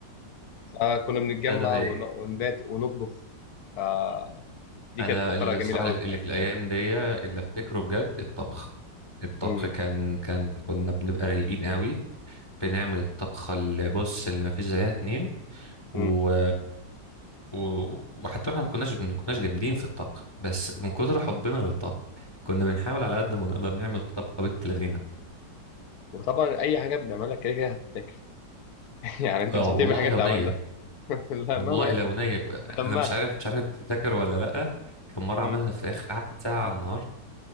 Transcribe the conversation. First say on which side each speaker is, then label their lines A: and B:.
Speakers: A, on the left; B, on the left.
A: مم.
B: فكنا بنتجمع
A: ده ده حقيقي
B: ون- ونبات ونطبخ فدي
A: انا
B: كانت فقرة
A: الصراحه
B: جميلة قوي
A: اللي
B: في
A: اللي
B: حياتي
A: في الايام دي اللي افتكره بجد الطبخ الطبخ
B: مم.
A: كان كان كنا بنبقى رايقين قوي بنعمل الطبخه اللي بص اللي ما فيش زيها اتنين و...
B: مم.
A: و... وحتى احنا ما كناش ما كناش جامدين في الطبخ بس من كتر حبنا للطبخ كنا بنحاول على قد ما نقدر نعمل طبخه بنت لذينه
B: وطبعا أي حاجة بنعملها كده كده هتتاكل <laughs> يعني أنت
A: اه
B: مش هترمي
A: والله
B: حاجة أنت
A: لو
B: عملتها
A: نيه
B: <laughs> لا
A: والله
B: مهما يكن
A: لو نيه ك-
B: لمها
A: انا مش عارف مش عارف انت فاكر ولا لا كان مره
B: مم.
A: عملنا فراخ قعدت ساعه على النار